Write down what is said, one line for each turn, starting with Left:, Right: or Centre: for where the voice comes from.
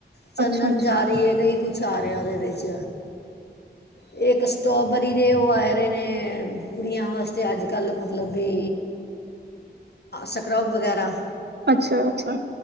Left: ਚੰਦਨ
Right: ਅੱਛਾ ਅੱਛਾ
Left: ਚ ਰਹੀ ਹੈ। ਕਈ ਕੁਛ ਆ ਰਿਹਾ ਉਹਦੇ ਵਿੱਚ ਇਹ ਇੱਕ ਸਟੋਬਰੀ ਦੇ ਉਹ ਆਏ ਰਹੇ ਨੇ ਕੁੜੀਆਂ ਵਾਸਤੇ ਅੱਜ ਕੱਲ੍ਹ ਮਤਲਬ ਵੀ
Right: <unintelligible>
Left: ਸਕ੍ਰੱਬ ਵਗੈਰਾ।
Right: ਅੱਛਾ, ਅੱਛਾ।